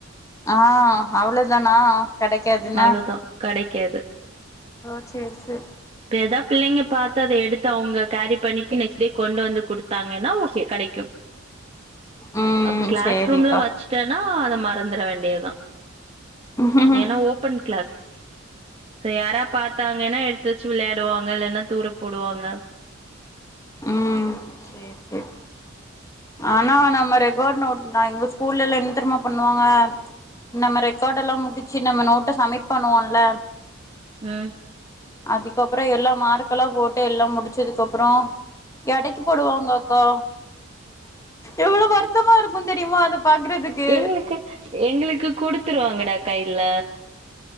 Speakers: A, on the left (about 15°); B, on the right (about 30°).
A: ஆ அவ்ளோ தானா கெடைக்காதுன்னா
B: அவ்ளோதா கெடைக்காது
A: அ சேரி சேரி
B: இப்ப எதா பிள்ளைங்க பாத்து அத எடுத்து அவுங்க கேரி பண்ணிட்டு நெக்ஸ்ட் டே கொண்டு வந்து குடுத் த்தாங்கன்னா ஓகே கெடைக்கும்
A: ம்
B: அப் கிளாஸ்
A: சேரிக்கா
B: ரூம்ல வச்சுட்டேன்னா அத மறந்துட வேண்டியதுதா
A: ம்
B: ஏன்னா ஓபன் கிளாஸ் செ யாரா பாத்தாங்கன்னா எடுத்துச் ச்சு வெளையாடுவாங்க இல்லன்னா தூர போடுவாங்க
A: உம் சேரி சேரி ஆனா நம்ம ரெக்காட் நோட் எங்க ஸ்கூல்ல எல்லா என்ன தெரியுமா பண்ணுவாங்க நம்ம ரெக்கார்டெல்லா முடிச்சு நம்ம நோட்ட சமிட் பண்ணுவோம்ல
B: உம்
A: அதுக்கப்றோ எல்லா மார்க்கெல்லா போட்டு எல்லா முடிச்சதுக்கு அப்றோ எடைக்கு போடுவாங்க அக்கா எவ்ளவு வருத்தமா இருக்கு தெரியுமா அத பாக்குறதுக்கு
B: எங்களுக்கு எங்களுக்கு குடுத்துருவாங்கடா கையில